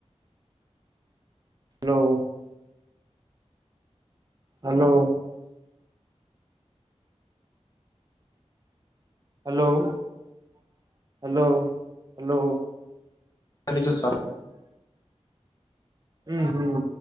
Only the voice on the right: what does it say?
Hello. Hello. Hello Hello Hello.
ହୁଁ ହୁଁ।